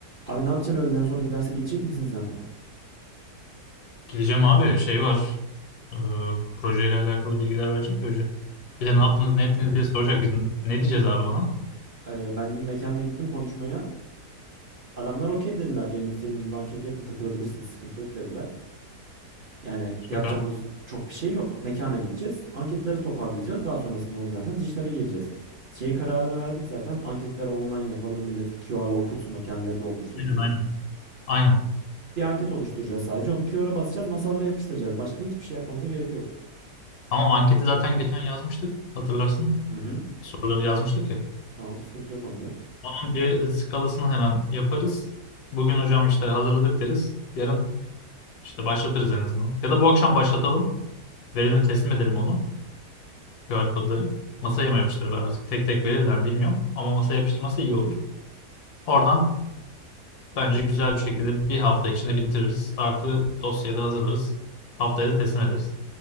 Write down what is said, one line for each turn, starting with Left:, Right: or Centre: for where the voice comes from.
Right: Abi ne yapacaksın öğleden sonraki derse gidecek misin sen?
Left: Gideceğim abi şey var. Ee, projeyle alakalı bilgiler verecek ya hoca.
Right: Uf,
Left: Bir de ne
Right: Ben,
Left: yaptınız ne ettiniz diye soracak. Biz ne diyeceğiz abi ona?
Right: e, ben dün mekanda gittim konuşmaya. Adamlar okey dediler. Gelin istediğiniz gibi anket yapın takılabilirsiniz. Sıkıntı yok dediler. Yani
Left: Süper.
Right: yapacağımız çok bir şey yok. Mekana gideceğiz. Anketleri toparlayacağız. Daha sonrasında onu zaten dijitale gireceğiz. Şeyin kararını verdik zaten. Anketleri online yapalım. Millet QR'la okutsun o kendileri doldursun
Left: Aynen
Right: diye.
Left: aynen. Aynen.
Right: Bir anket oluşturacağız sadece. Onu QR'a basacağız. Masalara yapıştıracağız. Başka hiçbir şey yapmamıza gerek yok.
Left: Ama o anketi zaten geçen yazmıştık. Hatırlarsın.
Right: Hı hı.
Left: Soruları yazmıştık ya.
Right: Tamam sıkıntı yok onda.
Left: Onun bir skalasını hemen yaparız. Bugün hocam işte hazırladık deriz. Yarın işte başlatırız en azından. Ya da bu akşam başlatalım. Verelim teslim edelim onu. QR kodları. Masaya mı yapıştırırlar artık? Tek tek verirler mi bilmiyorum. Ama masaya yapıştırması iyi olur. Oradan Bence güzel bir şekilde bir hafta içinde bitiririz. Artı dosyayı da hazırlarız. Haftaya da teslim ederiz.